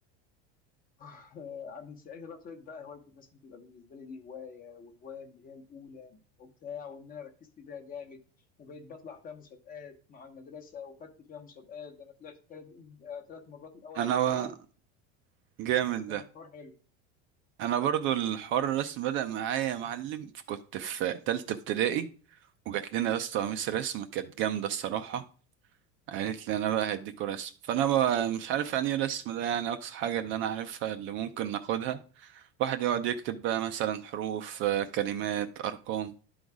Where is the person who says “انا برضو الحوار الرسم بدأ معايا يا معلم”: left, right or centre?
Right